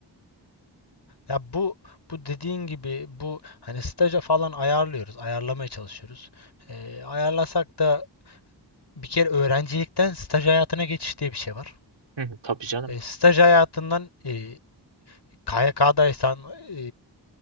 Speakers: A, on the left (about 65°); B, on the right (about 75°).
A: Ya bu bu dediğin gibi bu hani staja falan ayarlıyoruz, ayarlamaya çalışıyoruz. Ee, ayarlasak da bir kere öğrencilikten staj hayatına geçiş diye bir şey var.
B: Hı hı, tabii canım.
A: Ee, staj hayatından e, KYK'daysan e,